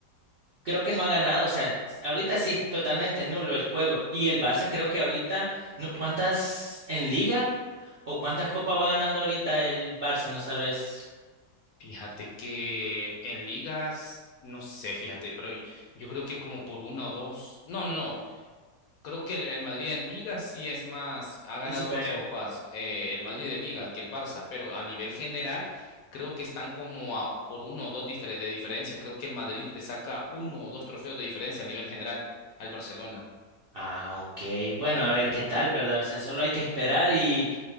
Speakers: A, on the right; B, on the left.
A: creo que no ha ganado, o sea, ahorita sí, totalmente nulo el juego. Y el Barça creo que ahorita, no- ¿cuántas en liga o cuántas copas va ganando ahorita el Barça? No sabes.
B: Fíjate que en ligas, no sé, fíjate, pero yo, yo creo que como por una o dos, no, no, no. Creo que el el Madrid en Liga sí es más, ha ganado
A: El superior.
B: más copas eh, el Madrid de Liga que el Barça, pero a nivel general creo que están como a- por uno o dos difere- de diferencia. Creo que el Madrid le saca uno o dos trofeos de diferencia a nivel general al Barcelona.
A: Ah, ok. Bueno, a ver qué tal, ¿verdad? O sea, solo hay que esperar y